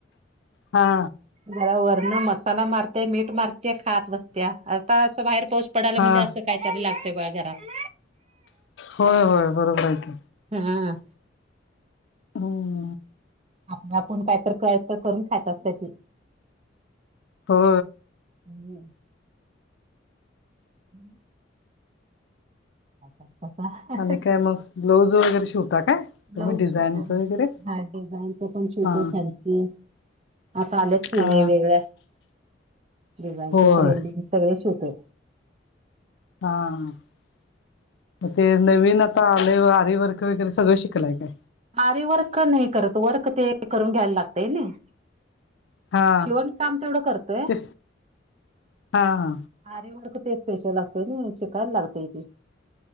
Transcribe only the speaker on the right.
जरा वरन मसाला मारट्या मीठ मारतत्या खात बसत्या आता असं बाहेर पाऊस पडाला
म्हणजे असं काहीतरी लागतय बघा घरात
हा
आपलं आपुन काय तर करुन खात असत्या ती.
हम्म <unintelligible> कसा
ब्लाऊज
शिवंतोय मी
हा डिझाईन ते पण शिवतोय
फॅन्सी आता आल्यात की
वेगवेगळ डिझाईनचे
ट्रेंडिंग सगळे शिवतोय.
आरी वर्क नाही करत वर्क ते करून घ्यायला लागतय नइ
शिवण काम तेवढं करतोय.
आरी वर्क ते स्पेशल असतय नी शिकायला लागतय तेे